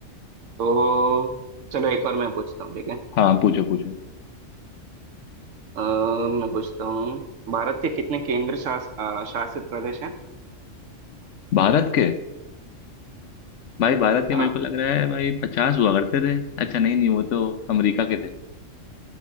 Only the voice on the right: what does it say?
तो चलो एक और मैं पूछता हूँ ठीक है
अ, मैं पूछता हूँ भारत के कितने केंद्र शास, अ, शासित प्रदेश हैं
हाँ